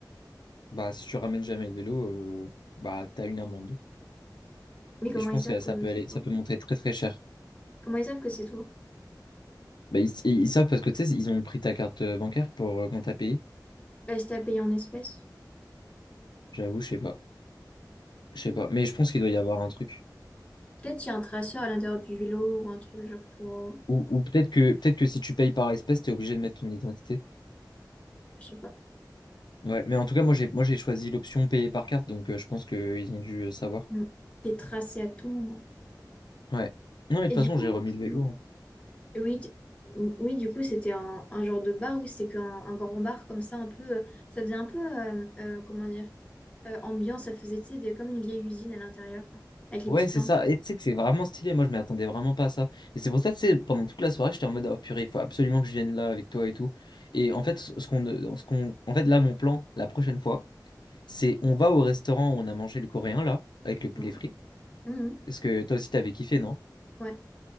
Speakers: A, on the left; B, on the left.
A: Bah, si tu ramènes jamais le vélo, euh, bah, t'as une amende.
B: Mais comment
A: Et je pense
B: ils savent
A: que ça
B: que
A: peut aller,
B: c'est toi?
A: ça peut monter très très cher.
B: Comment ils savent que c'est toi?
A: Bah, ils, ils- ils savent parce que tu sais, ils ont pris ta carte euh, bancaire pour euh, quand t'as payé.
B: Bah, c'était à payer en espèces.
A: J'avoue, je sais pas. Je sais pas. Mais je pense qu'il doit y avoir un truc.
B: Peut-être il y a un traceur à l'intérieur du vélo ou un truc genre pour, euh,
A: Ou, ou peut-être que, peut-être que si tu payes par espèce, t'es obligé de mettre ton identité.
B: je sais pas,
A: Ouais. Mais en tout cas, moi, j'ai, moi, j'ai choisi l'option payer par carte. Donc, euh, je pense qu'ils ont dû euh, savoir.
B: mm, des tracés à tout. moment
A: Ouais. Non, mais de
B: Et
A: toute façon,
B: du coup,
A: j'ai remis
B: c'est-
A: le vélo. hein.
B: oui, t- mm, oui, du coup, c'était un, un genre de bar oui, c'était qu'un un grand bar comme ça, un peu, euh, ça faisait un peu, euh, euh, comment dire, euh, ambiance, ça faisait, tu sais, des- comme une vieille usine à l'intérieur, avec les
A: Ouais,
B: petites
A: c'est
B: lampes.
A: ça. Et tu sais que c'est vraiment stylé. Moi, je m'y attendais vraiment pas à ça. Et c'est pour ça, tu sais, pendant toute la soirée, j'étais en mode, oh purée, il faut absolument que je vienne là avec toi et tout. Et en fait, ce ce qu'on, euh, ce qu'on, en fait, là, mon plan, la prochaine fois, c'est on va au restaurant où on a mangé le coréen, là, avec le poulet
B: Ouais.
A: frit.
B: Mhm.
A: Parce que toi aussi, t'avais kiffé, non?
B: Ouais,